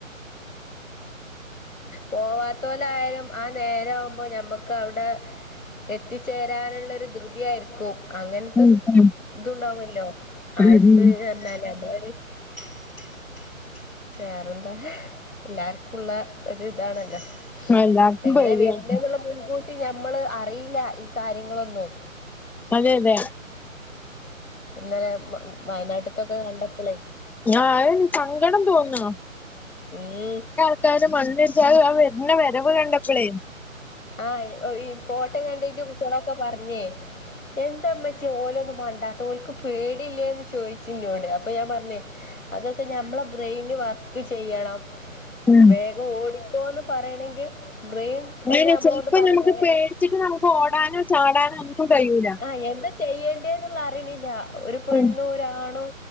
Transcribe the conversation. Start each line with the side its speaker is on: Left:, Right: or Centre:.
Left: പോവാത്ത ലായാലു ആ നേരം ആവുമ്പോ ഞമ്മക്ക് അവിടെ എത്തിച്ചേരാനുള്ളൊരു ധൃതിയായിരിക്കും. അങ്ങനത്തെ
Centre: ഉം
Left: സ്ഇതുണ്ടാവുല്ലോ?
Centre: ഉം
Left: ആയസ്
Centre: ഉം ഉം.
Left: എന്നാല് നമ്മളൊരു- - വേറെന്താ എല്ലാർക്കും ഉള്ള ഒരു ഇതാണല്ലോ.
Centre: എല്ലാർക്കും
Left: എങ്ങനെ
Centre: പേടിയാണ്
Left: വരുന്നേന്നുള്ള മുൻകൂ ഞമ്മള് അറിയില്ല ഈ കാര്യങ്ങളൊന്നും.
Centre: അതെ അതെ
Left: ഇന്നലെ വയനാട്ടത്തൊക്കെ കണ്ടപ്പളേ
Centre: ആയ് സങ്കടം തോന്നാ.
Left: ഉം ഹ്
Centre: ക്കാര മണ്ണിച്ചാൽ ആ വരുന്ന വരവ് കണ്ടപ്പോളേ
Left: ആഹ് ഈ ഫോട്ട കണ്ടിട്ടും ളൊക്കെ പറഞ്ഞേ എന്താ ഉമ്മച്ചി ഓലൊന്നും മണ്ടാത്തെ ഓലക്ക് പേടില്ലേന്ന് ചോദിച്ച ന്നോട് അപ്പൊ ഞാൻ പറഞ്ഞേ അതൊക്കെ ഞമ്മടെ ബ്രെയിന് വർക്ക് ചെയ്യണം
Centre: ഉം
Left: വേഗം ഓടിക്കോന്ന് പറയണെങ്കിലും ബ്രെയിൻ തന്നെ
Centre: അങ്ങനെ
Left: നമ്മളോട്
Centre: ചെലപ്പം
Left: പറയണ്ടേ
Centre: നമ്മുക്ക് പേടിച്ചിട്ട് നമ്മുക്ക് ഓടാനോ ചാടാനോ നമ്മുക്ക് കഴിയൂല.
Left: ആഹ് എന്ത് ചെയ്യേണ്ടേ എന്നുള്ള അറിവില്ല ഒരു പെണ്ണും
Centre: ഉം.
Left: ഒരാണും